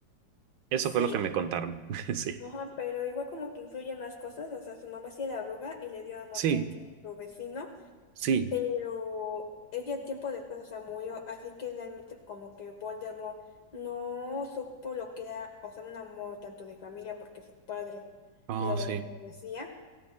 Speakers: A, on the right; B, on the left.
A: Eso
B: Sí,
A: fue lo que me contaron, <laughs> sí.
B: ajá, pero igual como que influye más cosas. O sea, su mamá sí era bruja y le dio amor
A: Sí,
B: a su vecino.
A: sí,
B: pero ella tiempo después, o sea, murió, así que realmente como que Voldemort no supo lo que era, o sea, un amor tanto de familia porque su padre
A: oh,
B: lo
A: sí,
B: decía,